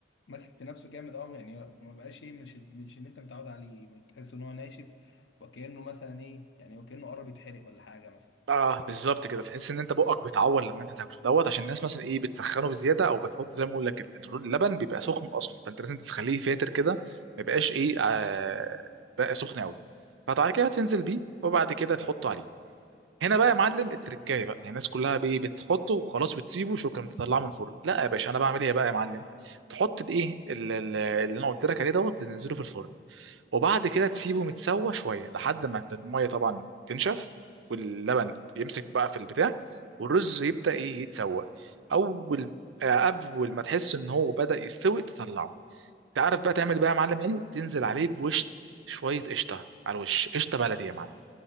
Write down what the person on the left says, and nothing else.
ماسك في نفسه جامد اه يعني ما بقاش ايه مش مش ان انت متعود عليه تحس ان هو ناشف وكأنه مثلا ايه يعني وكأنه قرب يتحرق ولا حاجة مثلا